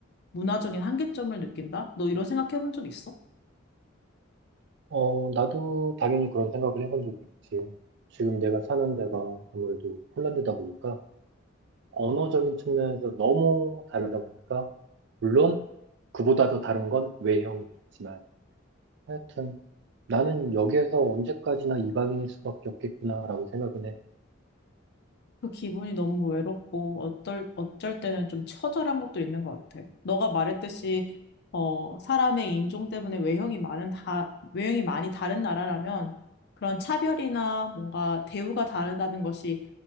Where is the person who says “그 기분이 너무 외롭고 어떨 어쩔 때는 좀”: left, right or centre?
Left